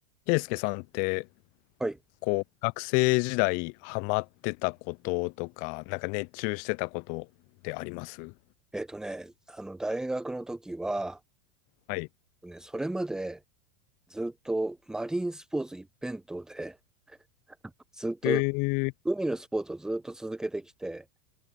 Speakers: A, on the left; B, in the centre.
A: ケイスケさんって、
B: はい。
A: こう、学生時代ハマってたこととか、なんか熱中してたことってあります
B: えっとね、あの、大学の時は、
A: はい。
B: ね、それまでずっとマリンスポーツ一辺倒で、ずっと
A: えー、
B: 海のスポーツをずっと続けてきて、